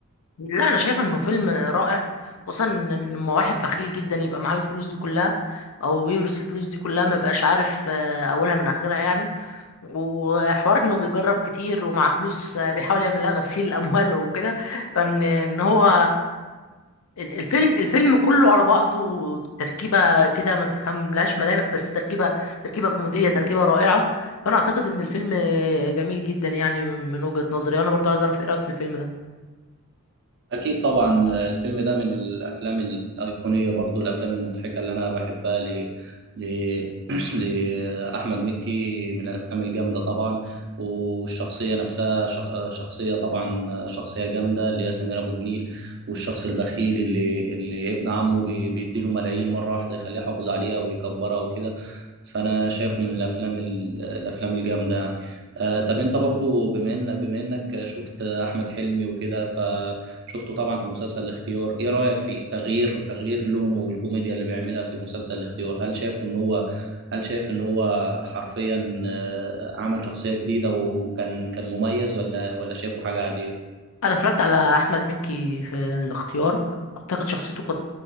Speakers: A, on the left; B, on the right.
A: لا انا شايف انه فيلم رائع خصوصا ان لما واحد بخيل جدا يبقى معاه الفلوس دي كلها او يورث الفلوس دي كلها ما يبقاش عارف آه، اولها من اخرها يعني وحوار انه بيجرب كتير ومع فلوس آه، بيحاول يعمل لها غسيل اموال وكده فان ان هو ال- الفيلم الفيلم كله على بعضه تركيبه كده ما تفهم لهاش ملامح بس تركيبه تركيبه كوميديه تركيبه رائعه فانا اعتقد ان الفيلم جميل جدا يعني من من وجهة نظري وانا برضه عايز اعرف ايه رايك في الفيلم ده
B: أكيد طبعا آه، الفيلم ده من الأفلام الأيقونية برضو الأفلام المضحكة اللي أنا بحبها ل... ل... <clears throat> لأحمد مكي من الأفلام الجامدة طبعا والشخصية نفسها شخ... آه، شخصية طبعا آه، شخصية جامدة اللي هي سمير أبو النيل والشخص البخيل اللي اللي ابن عمه بي... بيديله ملايين مرة واحدة يخليه يحافظ عليها ويكبرها وكده فانا شايفه من الافلام ال- الافلام الجامده يعني آه طب انت برضو بما ان بما انك شفت احمد حلمي وكده فشفته طبعا في مسلسل الاختيار ايه رايك في تغيير تغيير لونه والكوميديا اللي بيعملها في مسلسل الاختيار هل شايف ان هو هل شايف ان هو حرفيا آه، عمل شخصيه جديده وكان كان مميز ولا ولا شايفه حاجه عاديه
A: انا اتفرجت على احمد مكي في الاختيار اعتقد شخصيته كانت